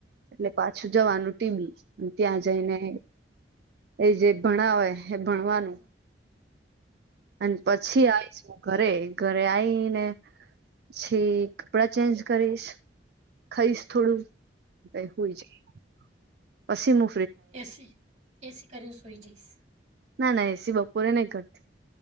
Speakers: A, on the right (about 60°); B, on the right (about 40°).
A: એટલે પાછું જવાનું ટી બી ત્યાં જઈને એ જે ભણાવે એ ભણવાનું.
B: <unintelligible>
A: અને પછી આવીશ ઘરે ઘરે આઈને પછી કપડાં ચેન્જ કરીશ ખઈશ થોડું. પહિ હુઈ જ ઈપછી મુ
B: એસી એસી કરીને સુઈ જઈશ.
A: ના ના એસી બપોરે નહી કરતી.